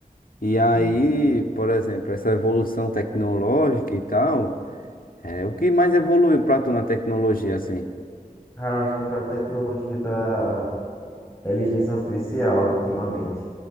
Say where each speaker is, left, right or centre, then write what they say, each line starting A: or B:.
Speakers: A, on the left (about 70°); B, on the left (about 20°).
A: E aí,
B: Sim, sim.
A: por exemplo, essa evolução tecnológica e tal, é, o que mais evoluiu pra tu na tecnologia, assim?
B: Cara, eu acho que foi a tecnologia da inteligência artificial ultimamente.